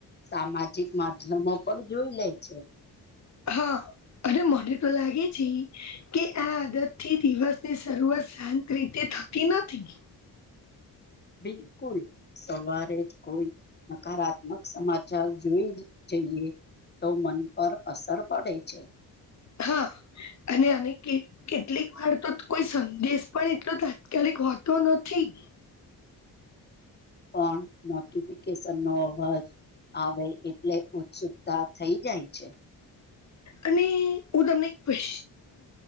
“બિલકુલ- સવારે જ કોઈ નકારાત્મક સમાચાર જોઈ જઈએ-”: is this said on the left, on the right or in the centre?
Left